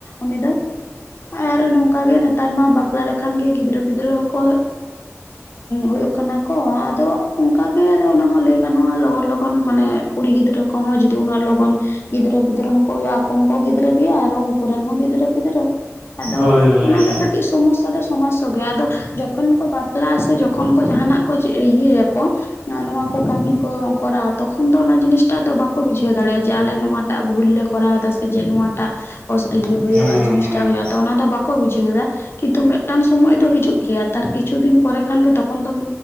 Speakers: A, on the left; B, on the right.
A: ᱩᱱᱤ ᱫᱚ᱾ ᱟᱨ ᱱᱚᱝᱠᱟ ᱜᱮ ᱱᱮᱛᱟᱨ ᱢᱟ ᱵᱟᱯᱞᱟ ᱞᱮᱠᱷᱟᱱ ᱜᱮ ᱜᱤᱫᱽᱨᱟᱹ ᱯᱤᱫᱽᱨᱟᱹ ᱦᱚᱸ ᱠᱚ᱾ ᱦᱳᱭᱳᱜ ᱠᱟᱱᱟ ᱠᱚ ᱟᱫᱚ᱾ ᱚᱝᱠᱟᱜᱮ ᱟᱫᱚ ᱚᱱᱟ ᱦᱚᱸ ᱞᱟᱹᱭ ᱜᱟᱱᱚᱜ-ᱟ ᱞᱚᱜᱚᱱ ᱞᱚᱜᱚᱱ ᱢᱟᱱᱮ ᱠᱩᱲᱤ ᱜᱤᱫᱽᱨᱟᱹ ᱠᱚᱦᱚᱸ ᱡᱩᱫᱤ ᱩᱱᱟᱹᱜ ᱞᱚᱜᱚᱱ᱾ ᱜᱤᱫᱽᱨᱟᱹ ᱯᱤᱫᱽᱨᱟᱹ ᱦᱚᱸᱠᱚ ᱦᱩᱭᱩᱜ-ᱟ ᱟᱠᱚ ᱦᱚᱸᱠᱚ ᱜᱤᱫᱽᱨᱟᱹ ᱜᱮᱭᱟ ᱟᱨᱚ ᱩᱱᱠᱩ ᱨᱮᱱ ᱦᱚᱸ ᱜᱤᱫᱽᱨᱟᱹ ᱯᱤᱫᱽᱨᱟᱹ᱾ ᱟᱫᱚ
B: ᱦᱳᱭ ᱦᱳᱭ ᱦᱳᱭ
A: ᱚᱱᱟᱜᱮ
B: ᱦᱮᱸ
A: ᱠᱟᱴᱤᱜ ᱥᱚᱢᱚᱥᱥᱟ ᱨᱮ᱾ ᱥᱚᱢᱟᱥᱥᱚ ᱜᱮ ᱟᱫᱚ ᱡᱚᱠᱷᱚᱱ ᱠᱚ ᱵᱟᱯᱞᱟᱜ-ᱟ ᱥᱮ ᱡᱚᱠᱷᱚᱱ ᱠᱚ ᱡᱟᱦᱟᱱᱟᱜ ᱠᱚ ᱪᱮ ᱤᱭᱟᱹᱭᱟᱠᱚ᱾ ᱱᱚᱜ-ᱚ ᱱᱚᱣᱟ ᱠᱚ ᱠᱟᱢᱤ ᱠᱚ ᱠᱚᱨᱟᱣᱟ ᱛᱚᱠᱷᱚᱱ ᱫᱚ ᱚᱱᱟ ᱡᱤᱱᱤᱥ ᱴᱟᱜ ᱫᱚ ᱵᱟᱠᱚ ᱵᱩᱡᱷᱟᱹᱣ ᱫᱟᱲᱮᱜ-ᱟ ᱡᱮ ᱟᱞᱮ ᱱᱚᱣᱟ᱾ ᱴᱟᱜ ᱵᱷᱩᱞ ᱞᱮ ᱠᱚᱨᱟᱣ ᱫᱟ ᱥᱮ ᱡᱮ ᱱᱚᱣᱟ ᱴᱟᱜ ᱳᱥ ᱤᱭᱟᱹ ᱦᱳᱦᱳᱜ-ᱟ
B: ᱦᱮᱸ
A: ᱡᱤᱱᱤᱥᱴᱟᱜ ᱦᱳᱭᱳᱜ-ᱟ᱾ ᱛᱚ ᱚᱱᱟ ᱫᱚ ᱵᱟᱠᱚ ᱵᱩᱡᱷᱟᱹᱣ ᱫᱟ᱾ ᱠᱤᱱᱛᱩ ᱢᱮᱜᱴᱟᱝ ᱥᱚᱢᱚᱭ ᱫᱚ ᱦᱤᱡᱩᱜ ᱜᱮᱭᱟ ᱛᱟᱨ ᱠᱤᱪᱷᱩ ᱫᱤᱱ ᱯᱚᱨᱮ ᱠᱷᱟᱱ ᱜᱮ ᱛᱚᱠᱷᱚᱱ ᱫᱚᱢ